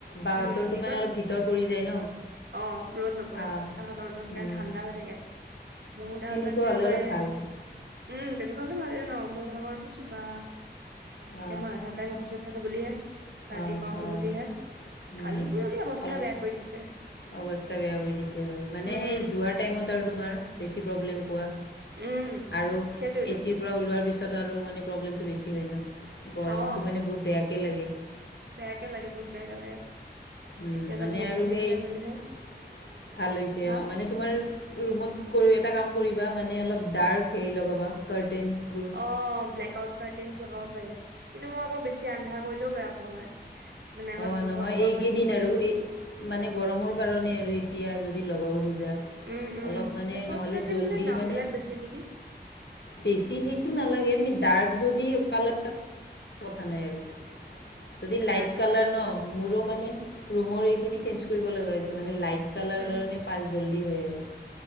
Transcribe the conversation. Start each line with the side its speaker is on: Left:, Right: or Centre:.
Left: বাহঁতৰটো
Right: উম, দিনত
Left: মানে অলপ ভিতৰ পৰি যায় ন
Right: অ', ৰ'দ নপৰে।
Left: অঁ
Right: তাহঁতৰটো সেইকাণ
Left: উম,
Right: ঠাণ্ডা হৈ থাকে। মোৰা
Left: সেনেকুৱা
Right: দাল একেবাৰে।
Left: হ'লে অলপ ভাল
Right: উম, তেনেকুৱা হ'লে ভালেই ন' মোৰ ভাগৰতো চোবা
Left: অ'।
Right: তে, মই আধাটাইম অফিচত থাকো বুলিহে। ৰাতি
Left: অঁ
Right: পাওঁহি
Left: অঁ
Right: বুলিহে
Left: উম,
Right: কালি পৰহি অৱস্থা
Left: অলপ
Right: বেয়া কৰি দিছে।
Left: অৱস্থা বেয়া কৰি দিছে হয় মানে,
Right: উম
Left: সেই যোৱাৰ টাইমত আৰু তোমাৰ বেছি প্ৰব্লেম পোৱা।
Right: উম
Left: আৰু
Right: সেইটোয়েতো
Left: এচিৰ পৰা ওলোৱাৰ পিছত আৰু মানে প্ৰব্লেমটো বেছি হয় নহ। গৰমটো
Right: অ
Left: মানে বহুত বেয়াকে লাগে।
Right: বেয়াকে লাগে বহুত বেয়াকে লাগে।
Left: উম
Right: এতিয়া
Left: মানে
Right: অলপ বৰষুণ
Left: আৰু সেই
Right: দিছে বুলিহে
Left: <inaudible> ভাল হৈছে
Right: হা
Left: অ', মানে। তোমাৰ ৰুমত কৰি এটা কাম কৰিবা মানে অলপ ডাৰ্ক হেৰি লগাবা কাৰ্টেনছবোৰ।
Right: অ', ব্লেক আউট কাৰ্টেনছ লগাব পাৰি কিন্তু মই আকৌ বেছি আন্ধাৰ কৰিলেও বেয়া পাওঁ মানে। মানে অলপ
Left: অঁ
Right: পোহৰ,
Left: নহয়
Right: পোহৰ
Left: এইকেইদিন
Right: হৈ থাকিব
Left: আৰু
Right: লাগে।
Left: এই মানে গৰমৰ কাৰণে আৰু এতিয়া যদি লগাব সুজ যা,
Right: উম উম
Left: অলপ মানে
Right: ব্লেক আউট
Left: নহ'লে
Right: কাৰ্টেইন
Left: জলদি
Right: বিলাক দাম
Left: মানে।
Right: বিলাক বেছি নেকি
Left: বেছি সেইটো নালাগে তুমি ডাৰ্ক যদি কালা কথা নাই আৰু যদি লাইট
Right: ডাৰ্ক কালাৰৰ
Left: কালাৰ নহ। মোৰো মানে ৰুমৰ এইখিনি চেন্স কৰিব লগা হৈছে মানে লাইট কালাৰ
Right: উম
Left: কাৰণে। পাঁচ জল্দি হৈ আহে।